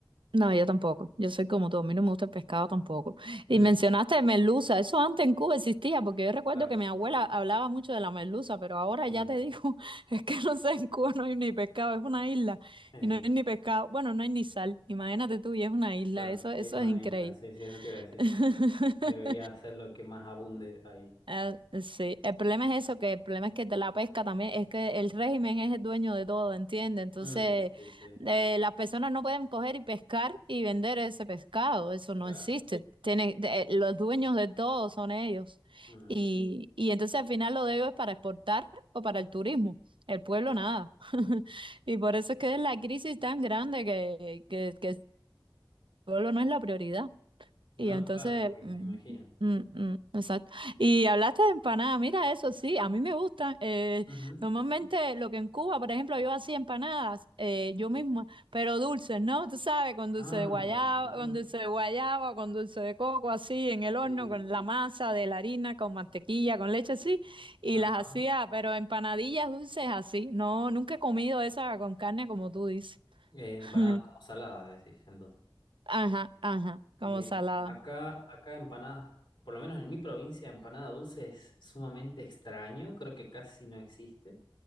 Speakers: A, on the right; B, on the left.
A: No, yo tampoco. Yo soy como tú. A mí no me gusta el pescado tampoco.
B: Mm,
A: Y mencionaste merluza. Eso antes en Cuba existía, porque yo recuerdo
B: claro,
A: que mi abuela hablaba mucho de la merluza, pero ahora
B: mm,
A: ya te digo, <laughs> es que no sé, en Cuba no hay ni pescado, es una isla
B: eh,
A: y no hay ni pescado. Bueno, no hay ni sal. Imagínate tú, y es una isla.
B: claro,
A: Eso, eso
B: y es una
A: es increíble.
B: isla, sí, sí, eso te iba a decir.
A: <laughs>
B: <laughs> Debería ser lo que más abunde ahí.
A: Ah, sí, el problema es eso, que el problema es que de la pesca también, es que el régimen es el dueño de todo, ¿entiendes? Entonces,
B: Mm, sí, sí.
A: eh, las personas no pueden coger y pescar y vender ese pescado, eso no
B: claro.
A: existe. Tiene, de- eh, los dueños de todo son ellos.
B: Mm,
A: Y, y entonces al final lo de ellos es para exportar o para el turismo. El pueblo
B: claro.
A: nada. <laughs> Y por eso es que es la crisis tan grande que, que, que el pueblo no es la prioridad.
B: No,
A: Y entonces,
B: claro, obvio,
A: mm,
B: me imagino.
A: mm, mm, exacto. Y hablaste de empanadas, mira eso, sí, a mí me gustan. eh,
B: Ujú.
A: normalmente lo que en Cuba, por ejemplo, yo hacía empanadas eh, yo misma, pero dulces, ¿no? Tú sabes, con dulce
B: Ah,
A: de guayaba,
B: mira.
A: con dulce de guayaba, con dulce de coco, así, en el horno,
B: Sí.
A: con la masa de la harina, con mantequilla, con leche, así. Y
B: Ajá.
A: las hacía, pero empanadillas dulces así. No, nunca he comido esa con carne como tú dices.
B: Eh, empanadas
A: <laughs>
B: como saladas, decís, entonces.
A: Ajá, ajá,
B: Bien.
A: como salada.
B: Acá, acá empanadas, por lo menos en mi provincia, empanada dulce es sumamente extraño, creo que casi no existe.